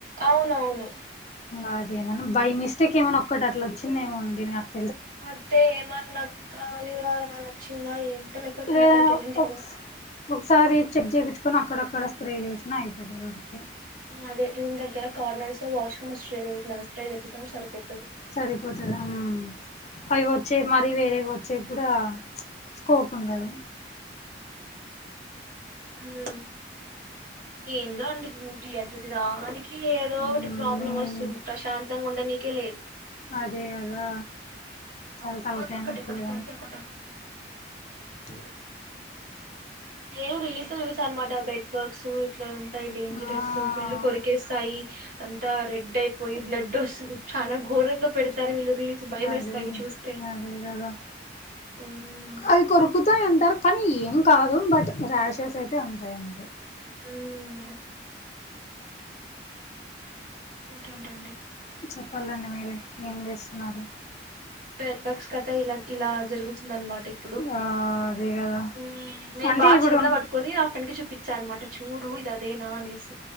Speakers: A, on the right; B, on the left.
A: అవునవును
B: అది ఏమన్నా బై మిస్టేక్ ఏమన్నా ఒక్కటి అట్లా వచ్చిందేమో అండీ నాక్
A: అదే ఏమన్నా గాలి వానలా వలనా వచ్చిందా ఏంట లేకపోతే నేను
B: లేదా
A: అక్కడికి వెళ్ళింటి
B: ఒకస్ ఒకసారి చెక్ చేపిచ్చుకొని అక్కడక్కడ స్ప్రే చేసినా అయిపోతుంది ఊరికే
A: అదే రూమ్ దగ్గర corners washing machine must try చెప్పేసాము సరిపోతుంది
B: సరిపోతది ఉమ్ అవి వచ్చే మరీ వేరే వచ్చ వచ్చేకి కూడా స్కోప్ ఉండదు
A: ఉమ్ ఏందో అండి ఊ ఎంత రా నాకి ఏదో
B: మ్మ్
A: ఒకటి ప్రాబ్లం వస్తుంది ప్రశాంతంగా ఉండనీకే లేదు
B: అదే కదా చాల
A: ఒకటి
B: తలకాయి
A: పోతే ఒకటి
B: నొప్పి
A: ఒకటి
B: గదా
A: పోతే ఒకటి వస్తుంది
B: హ్మ్
A: నేను రీల్స్ చూసా అనమాట బెడ్ బాక్స్ ఇట్లా ఉంటాయి డేంజరస్
B: ఆ
A: ఫుల్ కొరికేస్తాయి అంతా రెడ్ అయిపోయి బ్లడ్ ఉష్ చాలా ఘోరంగా పెడతారు వీళ్ళు రీల్స్ భయం
B: అదే
A: వేస్తాయి చూస్తే
B: అదే కదా
A: మ్మ్
B: అది కొరకుతాయి అంటారు కానీ ఏం కాదు బట్ ర్యాషెస్ అయితే ఉంటాయి అంతే
A: హ్మ్ ఇంకేంటండి
B: చెప్పాలండి మీరే ఏం చేస్తున్నారు
A: బ్లడ్ బక్స్ కథ ఇలా ఇలా జరుగుతుందనమాట ఇప్పుడు
B: ఆ అదే కదా
A: హ్మ్ నేను
B: అంటే
A: బాగా
B: ఇప్పుడు
A: చేతిలా పట్టుకొని నా ఫ్రెండ్ కి చూపి చూపిచ్చా అనమాట చూడు ఇది అదేనా అనేసి